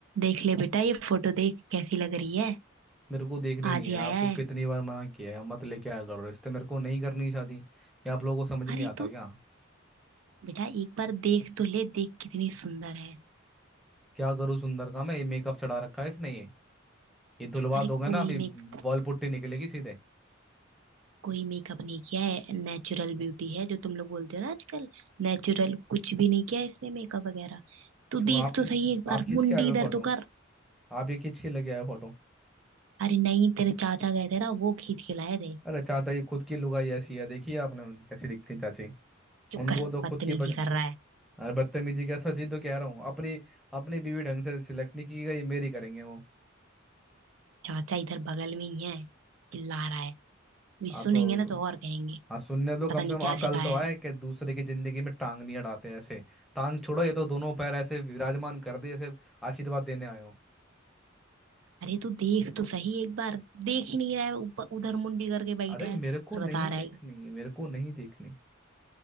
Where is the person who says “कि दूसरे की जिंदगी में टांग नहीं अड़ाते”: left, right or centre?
Centre